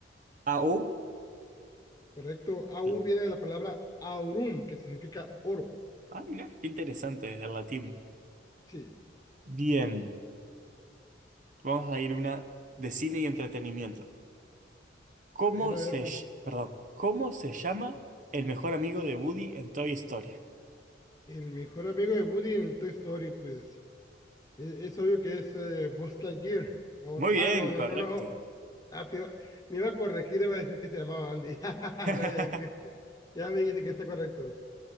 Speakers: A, on the right; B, on the left.
A: AU.
B: Correcto, A U
A: la-
B: viene de la palabra aurum, que significa oro.
A: Ah, mira, qué interesante, el latín.
B: Sí.
A: Bien, vamos a ir una de cine y entretenimiento. ¿Cómo
B: A ver, a
A: se,
B: ver,
A: ll- perdón, ¿cómo se llama el mejor amigo de Woody en Toy Story?
B: El mejor amigo de Woody en el Toy Story, pues e- es, obvio que es eh, Buzz Lightyear. O-
A: Muy bien,
B: ah, no, no,
A: correcto.
B: no, no. Ah, te iba- me iba a corregir, iba a decir que se llamaba Andy. <laughs>
A: <laughs>
B: No, ya, que- ya me dijiste que está correcto.